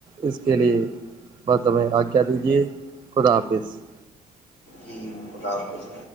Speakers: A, on the right; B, on the left.
A: اس کے لیے بس ہمیں آجا دیجیے خدافظ
B: جی خدا حافظ